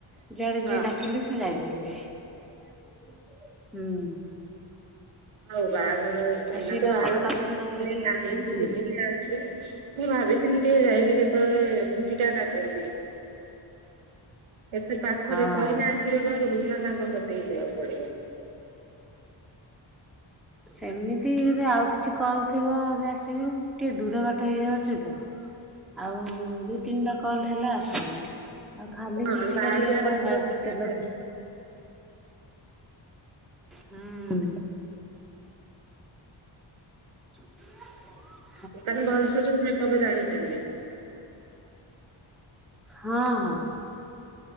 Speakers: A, in the centre; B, on the right.
A: ଯୁଆଡ଼େ
B: ହଁ
A: ଯିଏ ଡାକିଲେ ସିଏ ଯାଇପାରିବେ ହୁଁ।
B: ଆଉ ବାହାଘର
A: ଆଉ
B: ଏଇନା
A: ସିଏ
B: ତ
A: ବା
B: ବାହାଘର
A: କଟକରେ
B: ସିଜିନି
A: ରହିକି
B: ନାହିଁ
A: ଶିଖିଥିଲେ
B: ସିଜିନି ଆସୁ। ମୁଁ ଭାବିଥିଲି ଟିକେ ଯାଇକି କେତେବେଳେ ଛୁଟି ଟା କାଟନ୍ତି ଏତେ ପାଖରେ
A: ହଁ।
B: କଇନା ଆସି ବେ ଘରକୁ ନ ତାଙ୍କ ଘର ଠିକ୍ ଯିବାକୁ ପଡିବ।
A: ସେମିତି ଯଦି ଆଉ କିଛି କଲ ଥିବେ ଆସିବ ଟିକେ ଦୂର ବାଟ ହେଇଯାଉଛି ତ ଆଉ ବି ତିନିଟା କଲ୍ ହେଲା ଆଶୁନି ଆଉ ଖାଲି
B: ହଁ
A: ଚୁଟ
B: ବାହାଘରିଆ
A: କାଟିକ ଆଇଥାନ୍ତା
B: କଥା
A: ଏବେ
B: ଜାଣିଛନ୍ତି।
A: ତେଲ ହୁଁ। <unintelligible>
B: ଏକାନି ଭଲସେ ସବୁ ମେକପ ଜାଣିଛନ୍ତି।
A: ହଁ ହଁ।